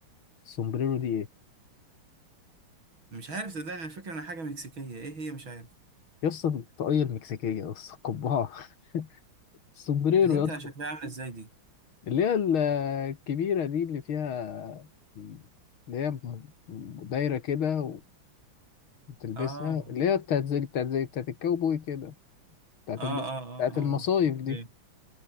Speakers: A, on the left (about 75°); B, on the right (about 70°).
A: السومبريرو دي إيه
B: مش عارف صدقني انا فاكر انها حاجة مكسيكية ايه هي مش عارف
A: يا اسطى الطاقية المكسيكية يا اسطى القبعة <laughs> السومبريرو
B: اللي هي بتبقى
A: يا اسطى
B: شكلها عاملة ازاي دي
A: اللي هي ال- الكبيرة دي اللي فيها اللي هي م- م- دايرة كده وتلبسها
B: اه
A: اللي هي بتاعت زي بتاعت زي بتاعت الكاوبوي كده بتاعت
B: اه اه
A: المص...
B: اه
A: بتاعت
B: اه
A: المصايف
B: اوكي
A: دي